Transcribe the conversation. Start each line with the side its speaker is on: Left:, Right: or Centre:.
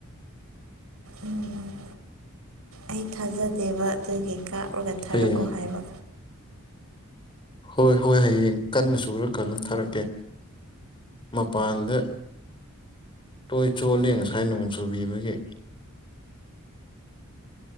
Right: ꯎꯝ ꯑꯩ ꯊꯥꯖꯗꯦꯕ ꯑꯗꯨꯒꯤ ꯀꯥꯞꯔꯒ ꯊꯥꯔꯛꯑꯣ
Left: ꯍꯌꯦꯡ
Right: ꯍꯥꯏꯕ
Left: ꯍꯣꯏ ꯍꯣꯏ ꯍꯌꯦꯡ ꯀꯟꯅ ꯁꯨꯔ ꯀꯟꯅ ꯊꯥꯔꯛꯀꯦ ꯃꯄꯥꯟꯗ ꯇꯣꯏ ꯆꯣꯜꯂꯤ ꯉꯁꯥꯏ ꯅꯣꯡ ꯆꯨꯕꯤꯕꯒꯤ